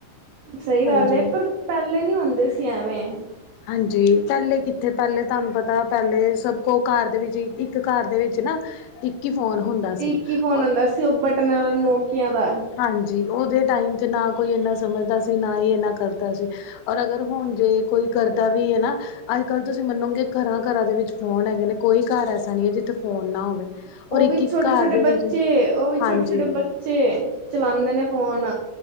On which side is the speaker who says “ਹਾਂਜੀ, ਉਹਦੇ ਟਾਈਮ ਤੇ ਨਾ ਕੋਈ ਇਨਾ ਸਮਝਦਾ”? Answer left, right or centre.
Left